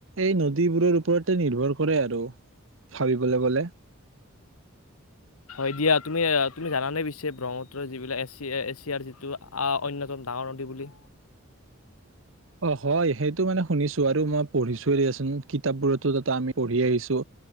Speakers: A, on the right; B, on the left.
A: এই নদীবোৰৰ ওপৰতে নিৰ্ভৰ কৰে আৰু ভাবিবলে গ'লে
B: এ দিয়া তুমি তুমি জানানে পিছে ব্ৰহ্মপুত্ৰ যিবিলাক এছিয় এছিয়াৰ যিটো আ অন্যতম ডাঙৰ নদী বুলি
A: অ হয় সেইটো মানে শুনিছো আৰু মই পঢ়িছো দিয়াচোন কিতাপবোৰতো জাতে আমি পঢ়ি আহিছো,